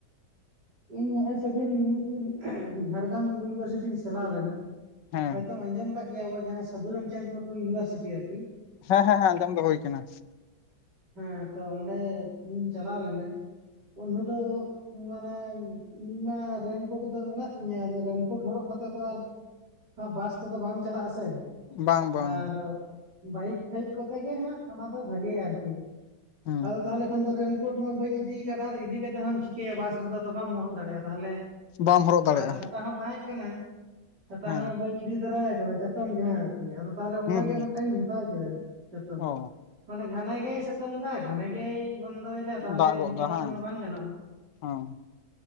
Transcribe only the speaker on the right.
ᱤᱧ ᱱᱮᱜ-ᱮ ᱥᱮᱫᱤᱱ ᱢᱤᱫ ᱫᱤᱱ ᱡᱷᱟᱲᱜᱨᱟᱢ ᱤᱭᱩᱱᱤᱵᱷᱟᱨᱥᱤᱴᱤᱧ ᱪᱟᱞᱟᱣ ᱞᱮᱱᱟ,
ᱦᱚᱭᱛᱚᱢ ᱟᱸᱡᱚᱢ ᱠᱟᱫ ᱜᱮᱭᱟ ᱟᱵᱚ ᱥᱟᱹᱫᱷᱩ ᱨᱟᱢᱪᱟᱸᱫᱽ ᱢᱩᱨᱢᱩ ᱤᱭᱩᱱᱤᱵᱷᱟᱨᱥᱤᱴᱤ ᱟᱨᱠᱤ᱾
ᱦᱮᱸ ᱛᱚ ᱚᱸᱰᱮ ᱤᱧ ᱪᱟᱞᱟᱣ ᱞᱮᱱᱟᱧ ᱩᱱᱦᱳᱞᱳᱜᱼᱼ ᱢᱟᱱᱮ ᱤᱧ ᱢᱟ ᱨᱮᱱᱠᱳᱴ ᱫᱚ ᱢᱮᱱᱟᱜ ᱛᱤᱧᱟᱹ ᱟᱫᱚ ᱨᱮᱱᱠᱳᱴ ᱦᱚᱨᱚᱜ ᱠᱟᱛᱮ ᱫᱚ ᱟᱨᱼᱼ ᱵᱟᱥ ᱛᱮᱫᱚ ᱵᱟᱢ ᱪᱟᱞᱟᱜ-ᱟ ᱥᱮ᱾
ᱟᱨ ᱵᱟᱭᱤᱠ ᱯᱷᱟᱭᱤᱠ ᱠᱚᱛᱮ ᱜᱮ ᱦᱟᱸᱜ ᱚᱱᱟ ᱫᱚ ᱵᱷᱟᱜᱮ ᱟᱨᱠᱤ᱾
ᱟᱫᱚ ᱛᱟᱦᱞᱮ ᱠᱷᱟᱱ ᱫᱚ ᱨᱮᱱᱼᱼ ᱠᱳᱴ ᱢᱟ ᱵᱟᱹᱧ ᱤᱫᱤᱠᱟᱫ ᱟᱨ ᱤᱫᱤ ᱠᱟᱛᱮᱫ ᱦᱚᱸᱢ ᱪᱤᱠᱟᱹᱭᱟ ᱵᱟᱥ ᱨᱮᱫᱚ ᱛᱚ ᱵᱟᱢ ᱦᱚᱨᱚᱜ ᱫᱟᱲᱮᱭᱟᱜ-ᱟ ᱛᱟᱦᱞᱮᱼᱼ
ᱟᱨ ᱪᱷᱟᱛᱟ ᱦᱚᱸ ᱛᱟᱦᱮᱸᱜ ᱠᱟᱱᱟ ᱪᱷᱟᱛᱟ
ᱦᱚᱸ ᱵᱟᱹᱧ ᱤᱫᱤ ᱛᱟᱨᱟᱣ ᱠᱟᱫᱟ ᱪᱟᱛᱚᱢ ᱡᱟᱦᱟᱸ ᱟᱨᱠᱤ᱾ ᱴᱷᱤᱠ ᱟᱫᱚ ᱛᱟᱦᱞᱮ ᱚᱸᱰᱮ
ᱜᱮ
ᱢᱤᱫᱴᱟᱝ ᱤᱧ ᱦᱟᱛᱟᱣ ᱠᱮᱫᱟ ᱪᱟᱛᱚᱢ,
ᱢᱟᱱᱮ ᱜᱷᱟᱱᱮ ᱜᱮ ᱥᱮ ᱛᱩᱝ ᱫᱟᱭ ᱜᱷᱟᱱᱮ ᱜᱮᱭ ᱵᱚᱱᱫᱚᱭᱮᱫᱟ, ᱛᱟᱦᱞᱮ
ᱤᱱᱠᱟᱹ
ᱠᱟᱛᱮ
ᱢᱟ ᱵᱟᱝ ᱜᱟᱱᱚᱜ-ᱟ᱾